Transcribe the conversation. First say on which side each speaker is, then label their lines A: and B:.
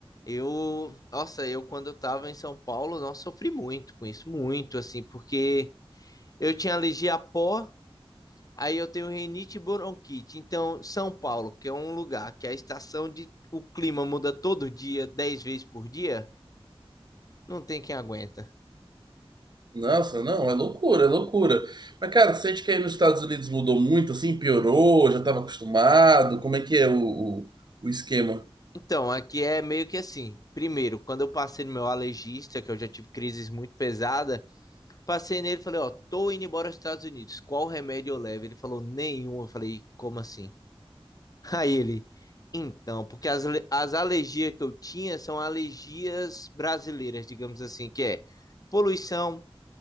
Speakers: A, on the left; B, on the right.
A: Eu, nossa, eu quando eu tava em São Paulo, nossa, sofri muito com isso, muito assim, porque eu tinha alergia a pó, aí eu tenho rinite e bronquite. Então, São Paulo, que é um lugar que a estação de o clima muda todo dia, 10 vezes por dia, não tem quem aguenta.
B: Nossa, não, é loucura, é loucura. Mas, cara, você sente que aí nos Estados Unidos mudou muito, assim, piorou, já tava acostumado, como é que é o, o, o esquema?
A: Então, aqui é meio que assim. Primeiro, quando eu passei no meu alergista, que eu já tive crises muito pesadas, Passei nele e falei, ó, tô indo embora aos Estados Unidos. Qual remédio eu levo? Ele falou, nenhum. Eu falei, como assim? <laughs> Aí ele, então, porque as, ale- as alergias que eu tinha são alergias brasileiras, digamos assim, que é poluição,